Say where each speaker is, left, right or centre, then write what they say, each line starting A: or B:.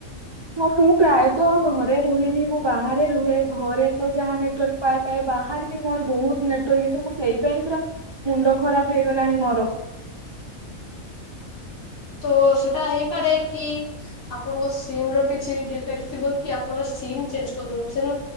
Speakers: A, on the right; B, on the left.
A: ହଁ ମୁଁ ପ୍ରାୟତଃ ଘରେ ରୁହେନି, ମୁଁ ବାହାରେ ରୁହେ ଘରେ ତ ଯାହାନେ ନେଟୱର୍କ ପାଏ ପାଏ ବାହାରେ ବି ମୋର ବହୁତ ନେଟୱାର୍କ ଈଶୁ ମୁଁ ସେଇ ପାଇଁ ପୁରା ମୁଣ୍ଡ ଖରାପ ହେଇଗଲାଣି ମୋର।
B: ତ ସେଟା ହେଇପାରେ କି? ଆପଣଙ୍କ ସିମର କିଛି ଡିଫେକ୍ଟ ଥିବ କି ଆପଣ ସିମ୍ ଚେଞ୍ଜ କରିଦଉଛେନ।